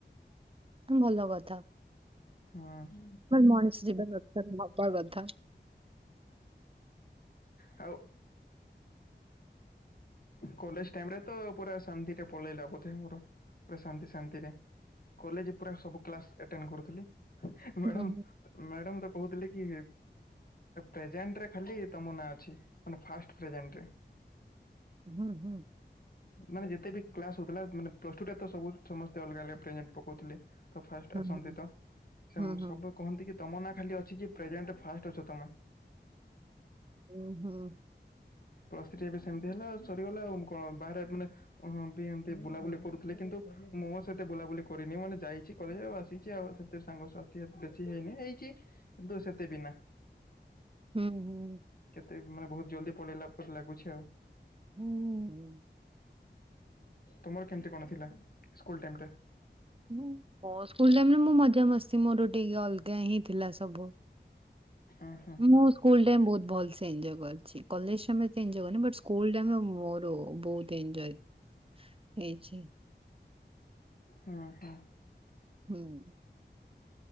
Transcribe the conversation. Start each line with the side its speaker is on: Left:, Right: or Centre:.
Right: ଭଲ କଥା।
Left: ହଁ।
Right: <unintelligible> ମଣିଷ <unintelligible> ନବା କଥା।
Left: ହଁ, ଆଉ କଲେଜ୍ ଟାଇମ୍ ରେ ତ ପୁରା ଶାନ୍ତି ଟା ପଳେଇଲା ବୋଧେ ମୋର। ପୁରା ଶାନ୍ତି ଶାନ୍ତିରେ କଲେଜ୍ ପୁରା ସବୁ କ୍ଲାସ୍ ଏଟେଣ୍ଡ କରୁଥିଲି, ମେଡମ୍
Right: ହୁଁ ହୁଁ
Left: ମ୍ୟାଡମ୍ ତ କହୁଥିଲେ କି ପ୍ରେଜେଣ୍ଟରେ ଖାଲି ତମ ନାଁ ଅଛି। ମାନେ ଫାଷ୍ଟ ପ୍ରଜେଣ୍ଟରେ।
Right: <inaudible>
Left: ମାନେ ଯେତେ ବି କ୍ଲାସ ହଉଥିଲା ମାନେ ପ୍ଲସ୍ ଟୁ ଟା ତ ସବୁ ସମସ୍ତେ ଅଲଗା-ଅଲଗା ପ୍ରେଜେଣ୍ଟ ପକଉଥିଲେ। ତ ଫାଷ୍ଟ
Right: ହୁଁ
Left: ଆସନ୍ତି
Right: ହୁଁ।
Left: ତ ସେ
Right: ହୁଁ ହୁଁ
Left: ସବୁ କହନ୍ତି କି ତମ ନାଁ ଖାଲି ଅଛି କି ପ୍ରେଜେଣ୍ଟରେ ଫାଷ୍ଟ ଅଛ ତମେ।
Right: ଉଁହୁଁ।
Left: ପ୍ଲସ୍ ଥ୍ରି ଏବେ ସେମ୍ତି ହେଲା ଆଉ, ସରିଗଲା ଆଉ ମୁଁ କଣ ବାହାରେ ମାନେ ହଁ ବି ଏମ୍ତି ବୁଲାବୁଲି କରୁଥିଲେ କିନ୍ତୁ ମୁଁ ସେତେ ବୁଲାବୁଲି କରିନି ମାନେ ଯାଇଚି କଲେଜ୍ ଆଉ ଆସିଚି ଆଉ ସେତେ ସାଙ୍ଗସଥି ଏତ୍ ବେଶୀ ହେଇନି ହେଇଚି କିନ୍ତୁ ସେତେ ବି ନା।
Right: ହୁଁ ହୁଁ।
Left: କେତେ ମାନେ ବହୁତ୍ ଜଲ୍ଦି ପଳେଇଲା ଲାଗୁଛି ଆଉ।
Right: ହୁଁ-ଉଁ।
Left: ତୁମର କେମ୍ତି କଣ ଥିଲା, ସ୍କୁଲ୍ ଟାଇମ୍ ଟା?
Right: ମୋ ସ୍କୁଲ୍ ଟାଇମ୍ ରେ ମୁଁ ମଜା ମସ୍ତି ମୋର ଟିକେ ଅଲଗା ହିଁ ଥିଲା ସବୁ।
Left: ଉଁ-ହୁ।
Right: ମୁଁ ସ୍କୁଲ୍ ଟାଇମ୍ ବହୁତ୍ ଭଲ୍ସେ ଏଞ୍ଜୟ୍ କରିଛି। କଲେଜ୍ <unintelligible> ଏତେ ଏଞ୍ଜୟ୍ କରିନି ବଟ ସ୍କୁଲ୍ ଟାଇମ୍ ରେ ମୋର ବହୁତ୍ ଏଞ୍ଜୟ୍ ହେଇଛି।
Left: ହଁ-ହଁ।
Right: ହୁଁ।